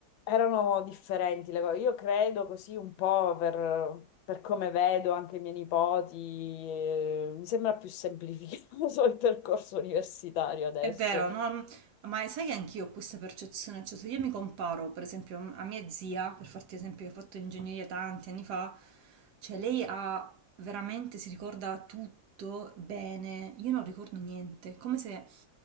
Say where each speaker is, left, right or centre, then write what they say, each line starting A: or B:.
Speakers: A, on the left; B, on the right.
A: erano differenti le cose. Io credo così un po' per, per come vedo anche i miei nipoti, eh, mi sembra più semplificato <laughs> il percorso universitario adesso.
B: È vero, no? Ma sai che anch'io ho questa percezione, cioè se io mi comparo per esempio a mia zia, per farti esempio che ho fatto ingegneria tanti anni fa, cioè lei ha veramente, si ricorda tutto bene, io non ricordo niente, come se